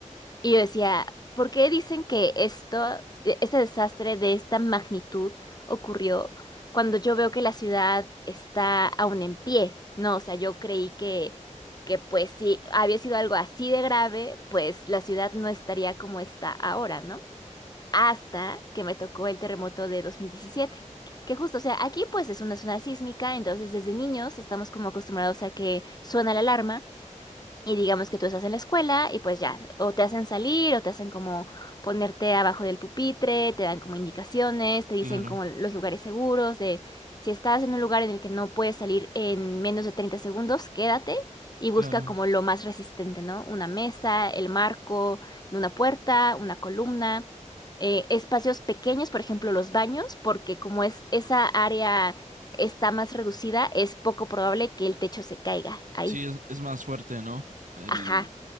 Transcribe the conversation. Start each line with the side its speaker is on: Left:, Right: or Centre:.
Left: Y yo decía, ¿por qué dicen que esto, e- ese desastre de esta magnitud ocurrió cuando yo veo que la ciudad está aún en pie? No, o sea, yo creí que, que pues si había sido algo así de grave, pues la ciudad no estaría como está ahora, ¿no? Hasta que me tocó el terremoto de dos mil diecisiete Que justo, o sea, aquí pues es una zona sísmica, entonces desde niños estamos como acostumbrados a que suena la alarma. Y digamos que tú estás en la escuela y pues ya, o te hacen salir o te hacen como ponerte abajo del pupitre, te dan como indicaciones, te dicen
Right: Claro,
Left: como los lugares seguros, de si estás en un lugar en el que no puedes salir en menos de 30 segundos, quédate y
Right: claro.
Left: busca como lo más resistente, ¿no? Una mesa, el marco de una puerta, una columna, eh, espacios pequeños, por ejemplo, los baños, porque como es esa área está más reducida, es poco probable que el techo se caiga ahí.
Right: Sí, es, es más fuerte, ¿no? El
Left: Ajá,